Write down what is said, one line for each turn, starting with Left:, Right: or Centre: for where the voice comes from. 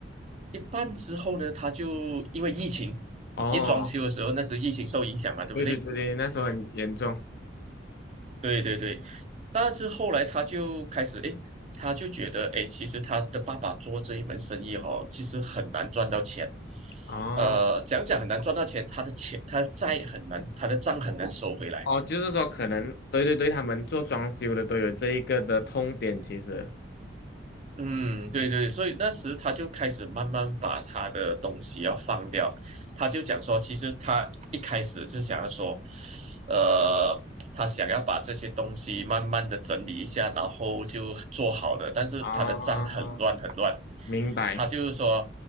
Right: 一半之后呢，他就因为疫情，
Left: 哦，
Right: 一装修的时候那时疫情受影响嘛，对不对？
Left: 对对对对，那时候很严重
Right: 对对对，但是后来他就开始，诶，他就觉得，诶，其实他的爸爸做这一门生意哦，其实很难赚到钱，
Left: 哦
Right: 呃，讲讲很难赚到钱，他的钱他的债很难，他的账很难收回来。
Left: 哦，就是说可能对对对，他们做装修的都有这一个的痛点，其实
Right: 嗯，对对，所以那时他就开始慢慢把他的东西要放掉，他就讲说，其实他一开始就想要说，呃，他想要把这些东西慢慢的整理一下，然后就做好的，但是他的账很乱很乱，
Left: 啊，明白
Right: 他就是说